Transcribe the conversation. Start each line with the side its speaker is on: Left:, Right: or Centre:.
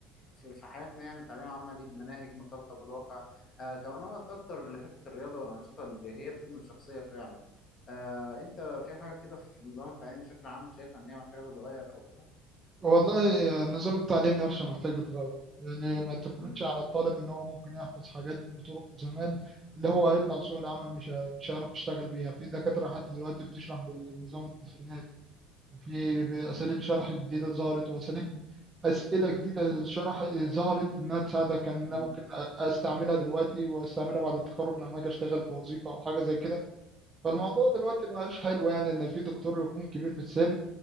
Left: في في حياتنا يعني تعليم عملي مناهج مرتبطة بالواقع آه كمان وقت اكتر لحتة الرياضة والأنشطة اللي هي بتبني الشخصية فعلا آه انت في حاجة كده في نظام التعليم بشكل عام شايفها ان هي محتاجة تتغير او كده
Right: والله نظام التعليم نفسه محتاج يتغير يعني ما تفرضش
Left: امم
Right: على الطالب ان هو ممكن يحفظ حاجات بطرق زمان اللي هو هيطلع سوق العمل مش مش هيعرف يشتغل بيها في دكاترة لحد دلوقتي بتشرح بنظام التسعينات وفي اساليب شرح جديدة ظهرت واساليب اسئلة جديدة شرح ظهرت انها تساعدك ان انا
Left: مم.
Right: ممكن أ- استعملها دلوقتي واستعملها بعد التخرج لما اجي اشتغل في وظيفة او حاجة زي كده فالموضوع دلوقتي
Left: ايوه
Right: مبقاش حلو يعني ان في دكتور يكون كبير في السن